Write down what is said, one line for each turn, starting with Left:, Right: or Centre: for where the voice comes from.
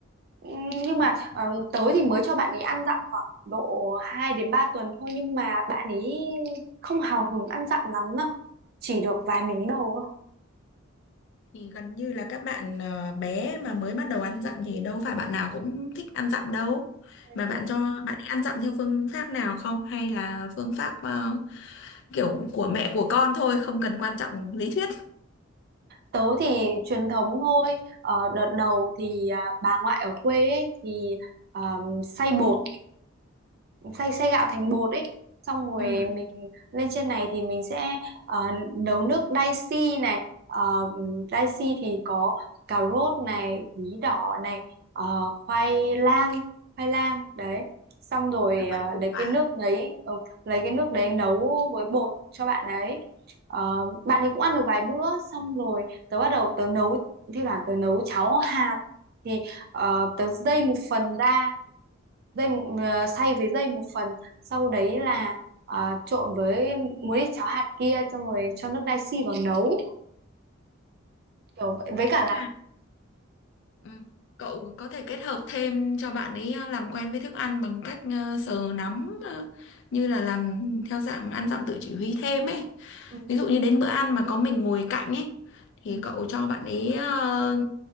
Right: Ừ, Nhưng
Left: Ừ.
Right: mà ờ, tớ thì mới cho bạn ấy ăn dặm khoảng độ 2 đến 3 tuần thôi nhưng mà bạn ấy không hào hứng ăn dặm lắm đâu. Chỉ được vài miếng đầu thôi.
Left: Thì gần như là các bạn ờ, bé mà mới bắt đầu ăn dặm thì đâu phải bạn nào cũng thích ăn dặm đâu.
Right: Ừ,
Left: Mà bạn
Right: ừ.
Left: cho bạn ấy ăn dặm theo phương pháp nào không? Hay là phương pháp ờ, kiểu của mẹ của con thôi, không cần quan trọng lý thuyết.
Right: Tớ thì truyền thống thôi. Ờ, đợt đầu thì à, bà ngoại ở quê ấy, thì um, xay bột xay xay gạo thành bột ấy xong rồi
Left: ừ ừ
Right: mình lên trên này thì mình sẽ ờ, nấu nước dashi này uh,
Left: ừ.
Right: dashi thì có cà rốt này bí đỏ này ờ, khoai lang khoai lang đấy xong rồi
Left: Các
Right: ờ,
Left: loại củ
Right: lấy
Left: quả.
Right: cái nước đấy ờ, lấy cái nước đấy nấu với bột cho bạn ấy Ờ, bạn ấy cũng ăn được vài bữa xong rồi tớ bắt đầu tớ nấu thi thoảng tớ nấu cháo hạt thì ờ, tớ dây một phần ra dây ờ, xay với dây một phần sau đấy là ờ, trộn với muối cháo hạt kia xong rồi cho nước dashi vào nấu kiểu vậy
Left: Tớ
Right: với
Left: nghĩ
Right: cả là
Left: Ừ. Cậu có thể kết hợp thêm cho bạn ấy ờ, làm quen với thức ăn bằng cách ờ, sờ nắm ờ, như là làm theo dạng ăn dặm tự chỉ huy thêm ấy.
Right: ừ,
Left: Ví dụ như đến bữa ăn mà có mình ngồi cạnh ấy thì
Right: ừ,
Left: cậu cho bạn ấy ờ,